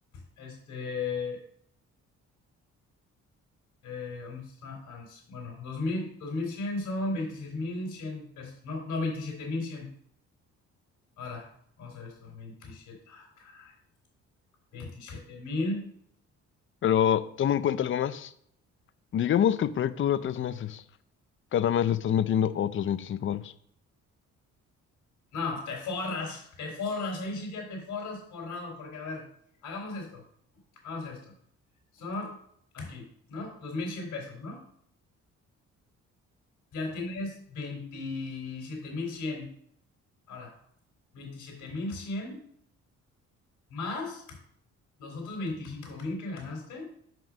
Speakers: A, on the left; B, on the left.
A: este, eh, bueno, dos mil bueno, 2000, 2100 son 26.100 pesos. No, no, veintisiete mil cien Ahora, vamos a ver esto. veintisiete ah, cara, 27.000.
B: Pero toma en cuenta algo más. Digamos que el proyecto dura tres meses. Cada mes le estás metiendo otros 25 baros.
A: No, te forras, te forras. Ahí sí ya te forras forrado. Porque, a ver, hagamos esto. hagamos esto. Son aquí, ¿no? dos mil cien pesos, ¿no? Ya tienes veintisiete mil cien Ahora, 27.100 más los otros 25.000 que ganaste,